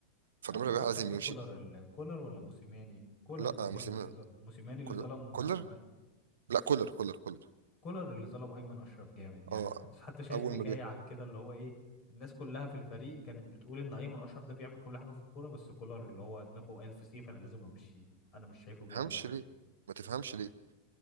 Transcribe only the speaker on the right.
فرامي
ربيعة
لازم
يمشي
لا
مسلم
كولر
كولر
لا كولر كولر كولر
اه
اول
ما جه
ما
تفهمش
ليه ما تفهمش ليه